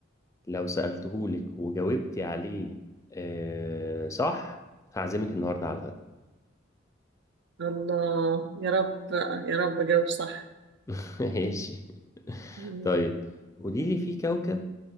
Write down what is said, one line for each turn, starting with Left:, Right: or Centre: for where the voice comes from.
Left: لو سألتهولك وجاوبتي عليه آه صح هعزمك النهارده على الغدا
Right: الله يا رب بقى، يا رب أجاوب صح
Left: <laughs> ماشي
Right: مم.
Left: طيب قولي لي في كوكب